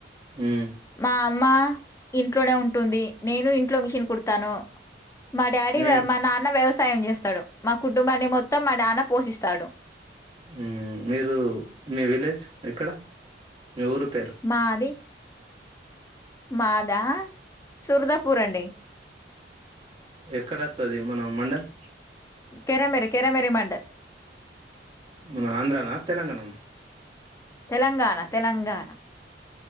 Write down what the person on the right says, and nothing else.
మ్మ్
మీ
మ్మ్ మీరు మీ విలేజ్ ఎక్కడ నూరు పేరు
ఎక్కడ వస్తది మన మండల్
మన ఆంధ్రానా తెలంగాణను